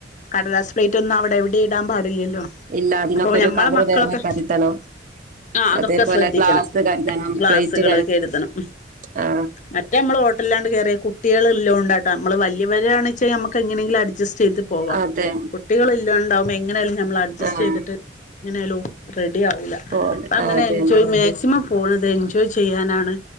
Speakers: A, on the left (about 40°); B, on the right (about 45°).
A: കടലാസ്പ്ളേറ്റ് ഒന്നും അവിടെ എവിടെ ഇടാൻ പാടില്ലല്ലോ
B: ഇല്ല അതിനൊക്കെ
A: അപ്പൊ
B: ഒരു
A: ഞമ്മളെ
B: കവറ്
A: മക്കളൊക്കെ
B: വേറെ കരുതണം
A: ആ അതൊക്കെ
B: അതേപോലെ
A: ശ്രദ്ധിക്കണം
B: ഗ്ലാസ് കരുതണം
A: ഗ്ലാസുകൾ
B: പ്ലേറ്റ്
A: കരുതണം
B: ആ
A: മറ്റേ നമ്മൾ ഹോട്ടലാണ്ട് കയറിയ കുട്ടികൾ ഇല്ലോ ഉണ്ടാട്ട നമ്മള് വല്യവരാണ വെച്ചാൽ നമക്ക് എങ്ങനെങ്കിലും അഡ്ജസ്റ്റ് ചെയ്ത് പോവാം
B: അതെ
A: കുട്ടികള ഇല്ലണ്ടാവുമ്പോൾ എങ്ങനെയാലും നമ്മൾ അഡ്ജസ്റ്റ്
B: ആഹ്
A: ചെയ്തിട്ട് എങ്ങനൊലോ റെഡി ആവില്ല
B: ഓ
A: അപ്പ അങ്ങനെ
B: അതെ
A: എൻജോയ് മാക്സിമം പോണത് എൻജോയ് ചെയ്യാനാണ്